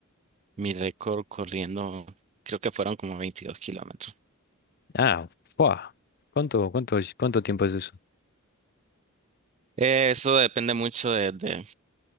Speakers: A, on the right (about 30°); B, on the left (about 45°).
A: Mi récord corriendo, creo que fueron como veintidós kilómetros.
B: Ah, fuah. ¿Cuánto, cuánto, cuánto tiempo es eso?
A: Eh, Eso depende mucho de, de-